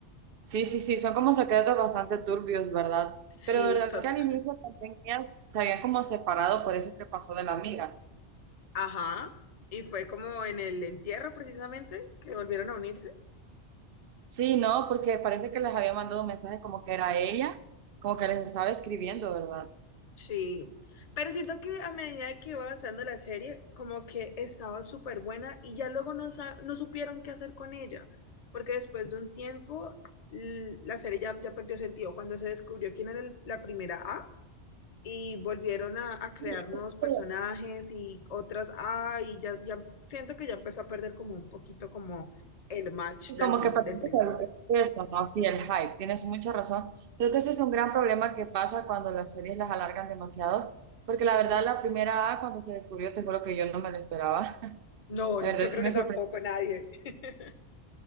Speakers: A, on the right (about 55°); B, on the left (about 35°).
A: Sí, sí, sí, son como secretos bastante turbios, ¿verdad?
B: Sí,
A: Pero verdad
B: total.
A: que al inicio también ellas se habían como separado, por eso es que pasó de la amiga.
B: Ajá. Y fue como en el entierro precisamente que volvieron a unirse.
A: Sí, no, porque parece que les había mandado un mensaje como que era ella, como que les estaba escribiendo, ¿verdad?
B: Sí, pero siento que a medida de que iba avanzando la serie, como que estaba súper buena y ya luego no, sa- no supieron qué hacer con ella, porque después de un tiempo l- la serie ya, ya perdió sentido cuando se descubrió quién era el- la primera A y volvieron a, a crear
A: Sí,
B: nuevos
A: es
B: personajes
A: que-
B: y otras A y ya, ya siento que ya empezó a perder como un poquito como el match del,
A: Como
B: prin-
A: que parece
B: del principio.
A: que es eso, ¿no? Sí, el hype, tienes mucha razón. Creo que ese es un gran problema que pasa cuando las series las alargan demasiado, porque la verdad la primera A, cuando se descubrió, te juro que yo no me lo esperaba.
B: No,
A: La verdad
B: yo creo
A: sí me
B: que tampoco
A: sorprendió
B: nadie. <laughs>